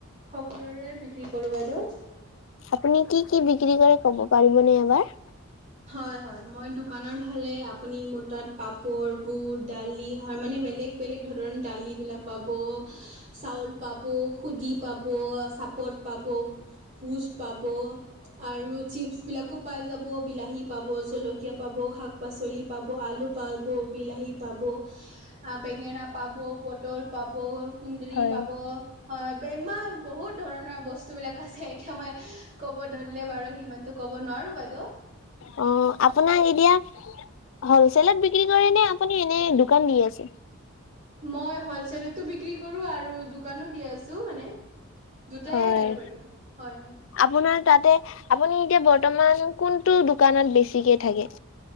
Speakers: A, on the right; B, on the left.
A: সকলোৰে বিক্ৰী কৰোঁ বাইদেউ।
B: আপুনি কি কি বিক্ৰী কৰে, ক'ব পাৰিবনে এবাৰ?
A: হয় হয়। মই দোকানত হ'লে আপুনি মোৰ তাত পাপৰ, বুট, দালি হয় মানে বেলেগ বেলেগ ধৰণ দালিবিলাক পাব। চাউল পাব, হোদি পাব, চাপত পাব, ভোজ পাব আৰু চিপছ বিলাকো পাই যাব। বিলাহী পাব, জলকীয়া পাব, শাক পাচলি পাব, আলু পাব, বিলাহী পাব, আ বেঙেনা পাব, পটল পাব, কোন্দলি
B: হয়।
A: পাব। হয়, বে ইমান বহুত ধৰণৰ বস্তুবিলাক আছে। এতিয়া মই ক'ব ধৰিলে বাৰু সিমানতো ক'ব নোৱাৰো বাইদেউ।
B: অ, আপোনাক এতিয়া হলচেলত বিক্ৰী কৰে নে? আপুনি এনেই দোকান দি আছে?
A: মই হ'লচেলতো বিক্ৰী কৰোঁ আৰু দোকানো দি আছোঁ মানে। দুটাই
B: হয়।
A: আৰু বাইদেউ। হয় হয়।
B: আপোনাৰ তাতে আপুনি, এতিয়া বৰ্তমান কোনটো দোকানত বেছিকে থাকে?